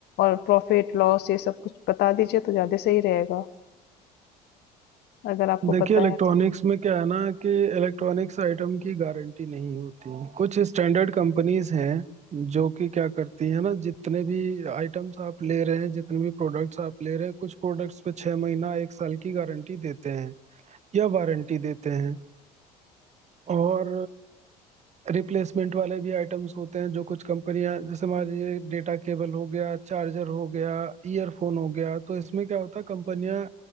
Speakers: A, on the left; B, on the right.
A: और प्रॉफ़िट लॉस ये सब कुछ बता दीजिए तो ज़्यादा सही रहेगा, अगर आपको
B: देखिए
A: पता
B: इलेक्ट्रॉनिक्स
A: है तो है।
B: में क्या है ना कि इलेक्ट्रॉनिक्स आइटम की गारंटी नहीं होती कुछ स्टैंडर्ड कंपनीज हैं जो कि क्या करती है ना जितने भी आइटम्स आप ले रहे हैं जितने भी प्रोडक्ट्स आप ले रहे हैं कुछ प्रोडक्ट्स पे छह महीना एक साल की गारंटी देते हैं या वारंटी देते हैं और रिप्लेसमेंट वाले भी आइटम्स होते हैं जो कुछ कंपनियां जैसे मान लीजिए डेटा केबल हो गया चार्जर हो गया ईयरफोन हो गया तो इसमें क्या होता है कंपनियां